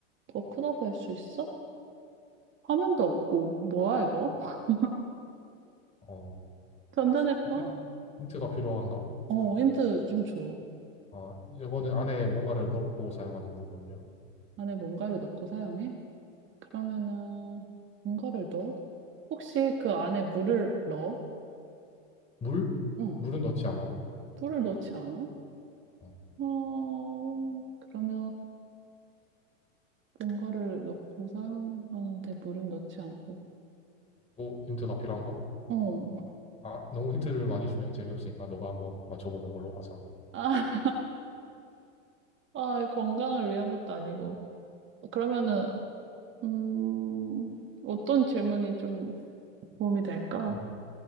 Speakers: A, on the right; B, on the left.
A: 더 크다고 할 수 있어? 화면도 없고, 뭐야 이거? <laughs>
B: 어,
A: 전자제품?
B: 힌트- 힌트가 필요한가?
A: 어, 힌트 좀 줘.
B: 아, 이거는 안에 뭔가를 넣고 사용하는 물건이야.
A: 안에 뭔가를 넣고 사용해? 그러면은, 뭔가를 넣어? 혹시 그 안에 물을 넣어?
B: 물?
A: 응.
B: 물은 넣지 않아.
A: 물을 넣지 않아?
B: 어,
A: 어, 그러면 뭔가를 넣고 사용하는데 물은 넣지 않고.
B: 또 힌트가 필요한가?
A: 어.
B: 아, 너무 힌트를 많이 주면 재미없으니까 너가 한번 맞춰보는 걸로 하자.
A: 아, 아, 건강을 위한 것도 아니고. 그러면은, 음, 어떤 질문이 좀 도움이 될까?
B: 어.